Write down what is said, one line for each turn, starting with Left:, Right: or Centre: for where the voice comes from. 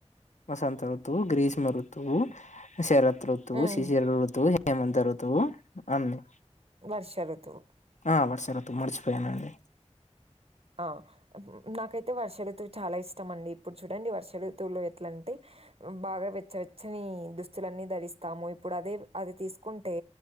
Left: వసంత ఋతువు గ్రీష్మ ఋతువు శరత్ ఋతువు,
Right: హ్మ్.
Left: శిశిర ఋతువు, హేమంత్ ఋతువు, అన్ని
Right: వర్ష ఋతువు
Left: ఆ వర్సఋతువు మర్చిపోయాను అండి
Right: ఆ నాకైతే వర్ష ఋతువు చాలా ఇష్టం అండి ఇప్పుడు చూడండి వర్ష ఋతువులో ఎట్లాంటే బాగా వెచ్చవచ్చని దుస్తులన్నీ ధరిస్తాము ఇప్పుడు అదే అది తీసుకుంటే